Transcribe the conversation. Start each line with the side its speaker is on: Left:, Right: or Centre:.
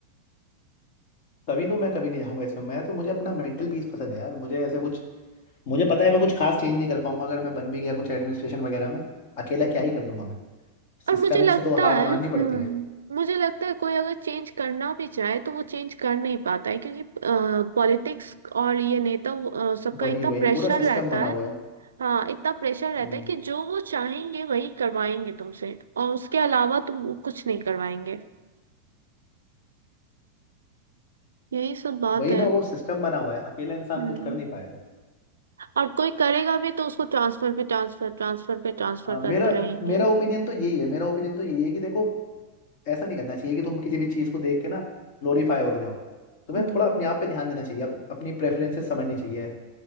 Left: तभी तो मैं कभी नहीं जाऊंगा इसमें मैं तो मुझे अपना मेंटल पीस पसंद है यार मुझे ऐसे कुछ मुझे पता है मैं कुछ खास चेंज नहीं कर पाऊंगा अगर मैं बन भी गया कुछ एडमिनिस्ट्रेशन वगैरह में अकेला क्या ही कर दूंगा मैं
Right: और
Left: सिस्टम
Right: मुझे लगता
Left: से तो हार
Right: है
Left: माननी
Right: हम्म
Left: पड़ती है
Right: मुझे लगता है कोई अगर चेंज करना भी चाहे तो वो चेंज कर नहीं पाता है क्योंकि पॉलिटिक्स और ये नेता अ, सबका
Left: वही
Right: इतना
Left: वही
Right: प्रेशर
Left: पूरा सिस्टम
Right: रहता
Left: बना
Right: है
Left: हुआ है
Right: हाँ इतना प्रेशर रहता
Left: हम्म,
Right: है कि जो वो चाहेंगे वही करवाएंगे तुमसे और उसके अलावा तुम कुछ नहीं करवाएंगे यही सब बात
Left: वही
Right: है
Left: ना वो सिस्टम बना हुआ है अकेला इंसान
Right: हम्म
Left: कुछ कर नहीं पाएगा
Right: और कोई करेगा भी तो उसको ट्रांसफर पे ट्रांसफर ट्रांसफर पे ट्रांसफर
Left: आ,
Right: करते
Left: मेरा
Right: रहेंगे
Left: मेरा ओपिनियन तो यही है मेरा ओपिनियन तो यही है कि देखो ऐसा नहीं करना चाहिए कि तुम किसी भी चीज़ को देख के ना ग्लोरीफाई हो जाओ तुम्हें
Right: हम्म
Left: थोड़ा अपने आप पे ध्यान देना चाहिए अप, अपनी प्रेफरेंसेस समझनी चाहिए